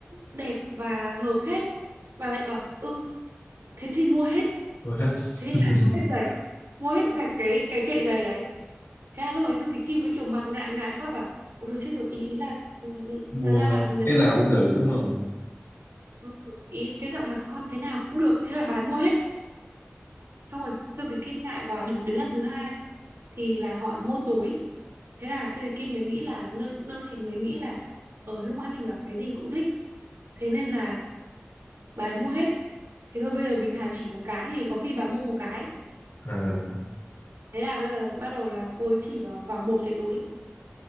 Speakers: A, on the right; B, on the left.
A: đẹp và hợp hết bà mẹ bảo ừ thế thì mua hết
B: mua hết
A: thế thì
B: <laughs>
A: lại mua hết giày mua hết Ừ. sạch cái cái kệ giày đấy thế là lúc ấy Thư Ký Kim mới kiểu mặt ngại ngại quá bảo ôi rồi chết rồi ý ý là ừ, ừ,
B: mua
A: thật ra là người
B: cái
A: ta
B: nào
A: không
B: cũng được đúng không
A: <laughs> ý cái giọng là con cái nào cũng được thế là bà ấy mua hết xong rồi Thư Ký Kim ngại quá đến, đến lần thứ hai thì là hỏi mua túi thế là Thư Ký Kim mới nghĩ là nữ nữ chính mới nghĩ là ở lúc nãy mình bảo cái gì cũng thích thế nên là bà ấy mua hết thì thôi bây giờ mình thà chỉ một cái thì có khi bà mua một cái
B: à
A: thế là bây giờ bắt đầu là cô ấy chỉ vào vào một cái túi